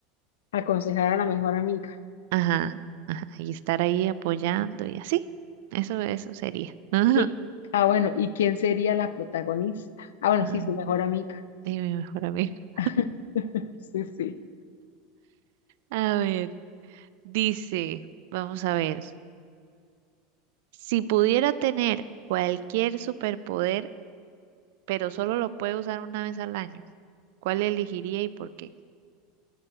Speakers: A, on the left; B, on the right.
A: aconsejar a la mejor amiga.
B: Ajá, ajá. Y estar ahí apoyando y así. Eso, eso sería. <laughs> Ajá.
A: Y, ah, bueno, ¿y quién sería la protagonista? Ah, bueno,
B: Ah,
A: sí, su mejor amiga.
B: De mi mejor amiga.
A: <laughs> Sí, sí.
B: A ver, dice, vamos a ver. Si pudiera tener cualquier superpoder, pero solo lo puede usar una vez al año. ¿Cuál elegiría y por qué?